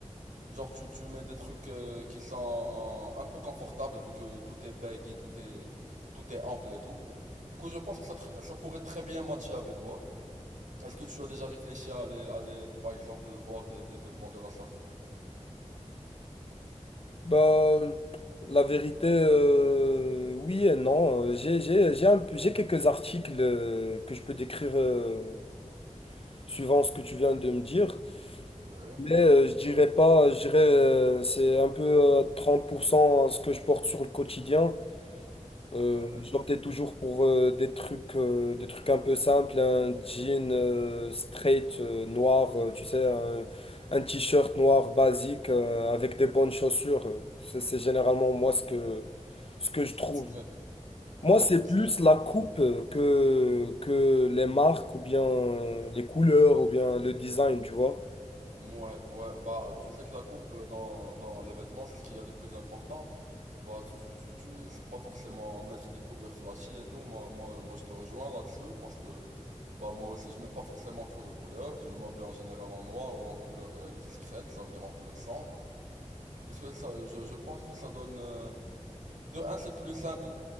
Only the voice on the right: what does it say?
genre tu, tu mets des trucs euh, qui sont en- un peu confortables vu que tout est baggy, tout est, tout est ample et tout. Du coup je pense que ça, tr- ça pourrait très bien matcher avec toi. Est-ce que tu as déjà réfléchi à aller, à aller, par exemple, voir des, des vêtements de la sorte?
Ouais,
ouais.
Est-ce
que tu mets? Bah
écoute,
c'est-
ouais, ouais, bah tu sais que la coupe euh, dans, dans les vêtements, c'est ce qu'il y a de plus important. Bah tu, tu, tu, c'est pas forcément mettre des couleurs flashy et tout. Moi, moi, moi je te rejoins là-dessus parce que, bah moi aussi, je mets pas forcément trop de couleurs. Je m'habille en général en noir ou en couleur euh, discrète, ça veut dire en couleur sombre. Puisque ça, je, je pense que ça donne... euh, De un, c'est plus simple.